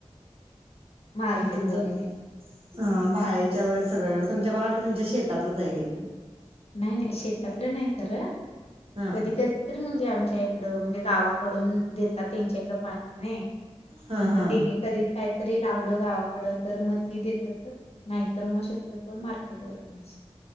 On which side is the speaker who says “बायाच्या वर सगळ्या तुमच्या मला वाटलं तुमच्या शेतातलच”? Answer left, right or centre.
Right